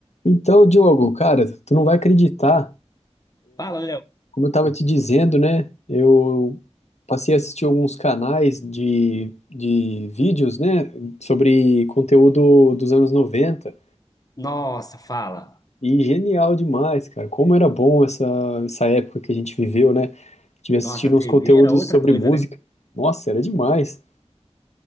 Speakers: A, on the left; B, on the left.
A: Então, Diogo, cara, tu não vai acreditar,
B: Fala, Léo.
A: como eu tava te dizendo, né? Eu passei a assistir alguns canais de, de vídeos, né, sobre conteúdo dos anos 90.
B: Nossa, fala.
A: e genial demais, cara. Como era bom essa, essa época que a gente viveu, né? Tive assistindo
B: Nossa, a TV
A: uns conteúdos
B: era outra
A: sobre
B: coisa,
A: música.
B: né?
A: Nossa, era demais.